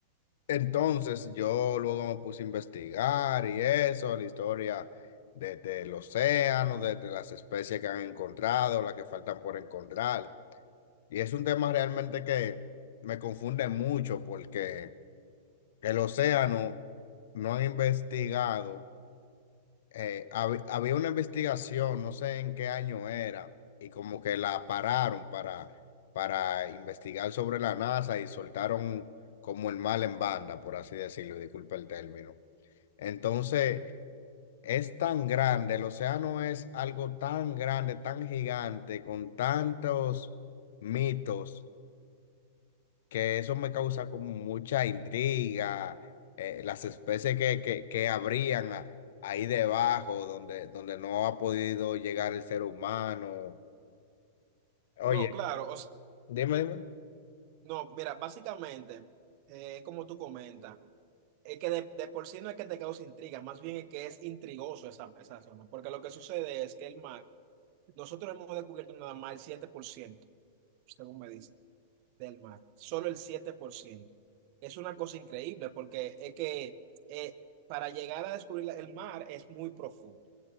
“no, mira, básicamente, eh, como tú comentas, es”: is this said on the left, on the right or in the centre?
Right